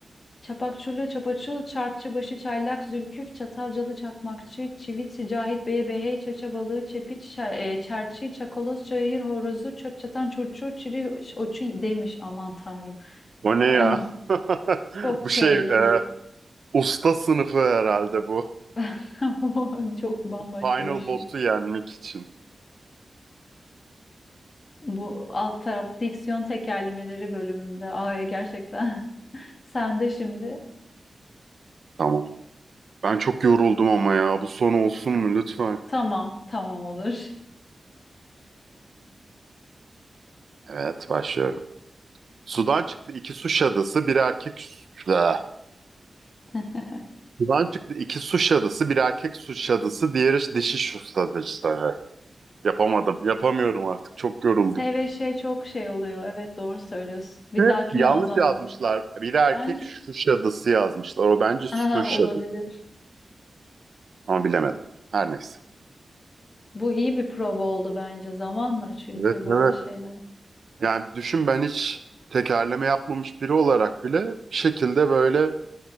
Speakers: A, on the left; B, on the right.
A: Çapakçurlu çapaçul, çarkçıbaşı çaylak, zülküf, çatalcalı çakmakçı, çivit, cahit beye behey, çaça balığı, çepiç, ça- e, çerçi, çakoloz, çayır horozu, çöp çatan çurçur, çiri, oçu demiş aman tanrım. <laughs>
B: O ne
A: Eh,
B: ya?
A: Çok
B: <laughs> Bu
A: çeyli
B: şey, e,
A: bir
B: usta sınıfı herhalde bu.
A: <laughs> çok bambaşka
B: Final
A: bir şey.
B: boss'u yenmek için.
A: Bu alt taraf diksiyon tekerlemeleri bölümünde. Ay gerçekten. <laughs> Sen de şimdi.
B: Tamam. Ben çok yoruldum ama ya. Bu son olsun mu lütfen?
A: Tamam, tamam olur.
B: Evet, başlıyorum. Sudan çıktı iki su şadısı, bir erkek... Ah.
A: <laughs>
B: Buradan çıktı iki suç şadısı, bir erkek suç şadısı, diğeri dişi su şadısı. Yapamadım. Yapamıyorum artık. Çok yoruldum.
A: S ve şey çok şey oluyor. Evet doğru söylüyorsun. Bir
B: Hep
A: dahakine
B: yanlış
A: o zaman.
B: yazmışlar. Biri erkek
A: Bence
B: suç
A: <laughs>
B: şadısı yazmışlar. O bence suç
A: Aha,
B: şadısı.
A: olabilir.
B: Ama bilemedim. Her neyse.
A: Bu iyi bir prova oldu bence zamanla çünkü
B: Evet
A: böyle
B: evet.
A: şeyler.
B: Yani düşün ben hiç tekerleme yapmamış biri olarak bile bir şekilde böyle